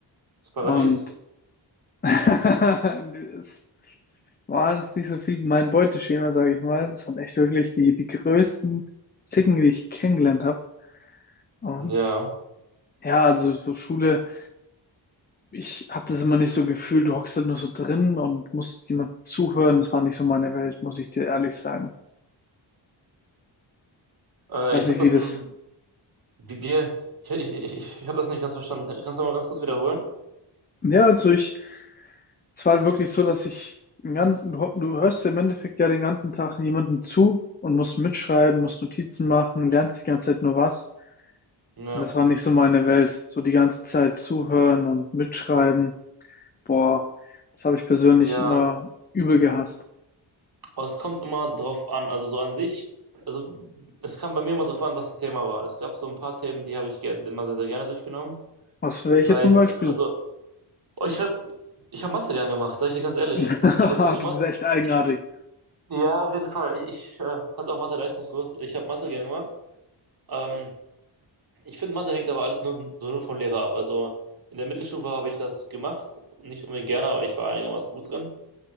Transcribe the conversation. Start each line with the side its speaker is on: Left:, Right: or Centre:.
Right: Das Paradies.
Left: Und <laughs> es war jetzt nicht so viel mein Beuteschema, sage ich mal. Das waren echt wirklich die, die größten Zicken, die ich kennengelernt habe. Und
Right: Ja,
Left: Ja, also so Schule, ich habe das immer nicht so gefühlt, du hockst halt nur so drin und musst jemand zuhören. Das war nicht so meine Welt, muss ich dir ehrlich sagen.
Right: äh,
Left: Ich weiß
Right: ich
Left: nicht,
Right: habe das
Left: wie das.
Right: ein, wie wir, ich, ich, ich, ich habe das nicht ganz verstanden. Kann- Kannst du mal ganz kurz wiederholen?
Left: Ja, also ich, es war halt wirklich so, dass ich den ganzen, du du hörst im Endeffekt ja den ganzen Tag jemandem zu und musst mitschreiben, musst Notizen machen, lernst die ganze Zeit nur was.
Right: Ja.
Left: Und das war nicht so meine Welt. So die ganze Zeit zuhören und mitschreiben. Boah, das habe ich persönlich
Right: Ja,
Left: immer übel gehasst.
Right: aber es kommt immer drauf an. Also so an sich, also es kam bei mir immer drauf an, was das Thema war. Es gab so ein paar Themen, die habe ich ge- immer sehr, sehr gerne durchgenommen.
Left: Was für welche
Right: Sei
Left: zum
Right: es,
Left: Beispiel?
Right: also oh, ich habe ich hab Mathe gern gemacht, sage ich dir ganz ehrlich.
Left: <laughs>
Right: Ich war gut in
Left: Du
Right: Mathe.
Left: bist echt eigenartig.
Right: Ich, ich, ja, auf jeden Fall. Ich, ich äh, hatte auch Mathe-Leistungskurs. Ich habe Mathe gern gemacht. Ähm, Ich finde, Mathe hängt aber alles nur, so nur vom Lehrer ab. Also in der Mittelstufe habe ich das gemacht, nicht unbedingt gerne, aber ich war einigermaßen gut drin.